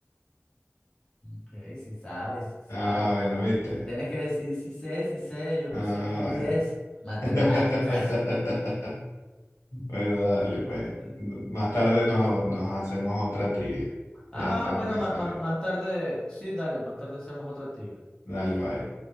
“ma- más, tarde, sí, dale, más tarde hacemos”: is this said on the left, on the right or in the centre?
Left